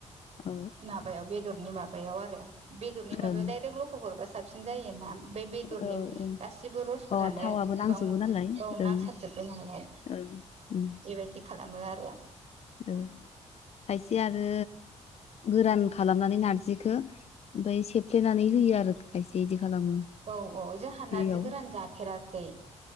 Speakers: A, on the left; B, on the right.
A: औ
B: माबायाव बेदरनि माबायाव आरो बेदरनि माबायाव
A: ओं
B: दडायरेक्ट ल'खब हरबा सासे साबसिन जायो ना बे बेदरनि
A: औ ओं
B: गासिबो रसफोरानो
A: अ थावाबो
B: बेावनो
A: नांजोबो नालाय
B: औ नांसारजोब्बाय
A: ओं
B: नालाय
A: <inaudible>
B: बेबायदि खालामो आरो
A: औ खायसे आरो गोरान खालामनानै नारजिखौ ओमफ्राय सेफ्लेनानै होयो आरो खायसे इदि खालामो
B: औ औ जोंहा नारजि
A: दैयाव
B: गोरान जाफेराखै